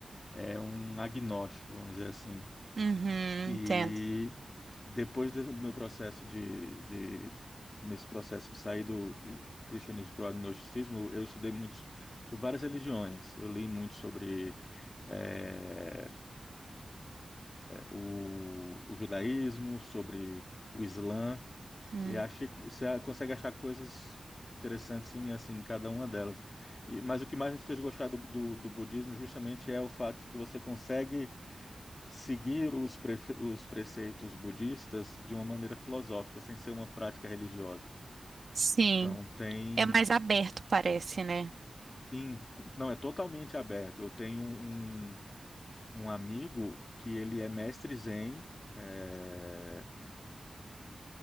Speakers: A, on the left; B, on the right.
A: é, um agnóstico, vamos dizer assim.
B: Uhum,
A: E
B: entendo.
A: depois de- do meu processo de, de nesse processo de sair do de cristianismo para o agnosticismo, eu estudei muitos sobre várias religiões, eu li muito sobre eh, o o judaísmo, sobre o Islã,
B: Hum,
A: E achei, você consegue achar coisas interessantes em, assim, em cada uma delas. E, mas o que mais me fez gostar do, do, do budismo justamente é o fato de que você consegue seguir os, prefe, os preceitos budistas de uma maneira filosófica, sem ser uma prática religiosa.
B: Sim,
A: Então tem,
B: é mais aberto, parece, né?
A: sim, não, é totalmente aberto. Eu tenho um, um amigo que ele é mestre Zen, eh,